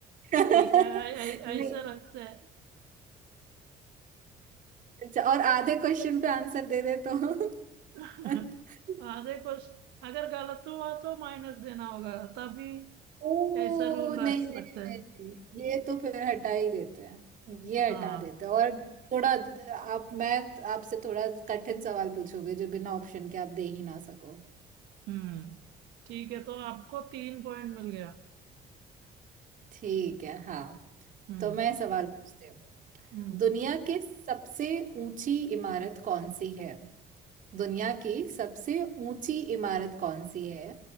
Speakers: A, on the right (about 50°); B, on the right (about 85°).
A: <laughs>
B: ठीक है ऐ- ऐ-
A: नहीं
B: ऐसे रखते हैं
A: अच्छा, और आधे क्वेश्चन पे आंसर दे दे तो
B: <laughs>
A: <laughs>
B: आधे क्वेश्चन अगर गलत हुआ तो माइनस देना होगा तभी
A: ओ
B: ऐसा रूल
A: नहीं
B: रख सकते
A: नहीं
B: हैं
A: नहीं, ये तो फिर हटा ही देते हैं ये
B: हाँ
A: हटा देते हैं और थोड़ा आप मैं आपसे थोड़ा कठिन सवाल पूछोगे जो बिना ऑप्शन के आप दे ही ना सको
B: हम्म ठीक है तो आपको तीन पॉइंट मिल गया
A: ठीक है हाँ
B: हम्म
A: तो मैं सवाल पूछती
B: हम्म
A: दुनिया के सबसे ऊंची इमारत कौन सी है दुनिया की सबसे ऊंची इमारत कौन सी है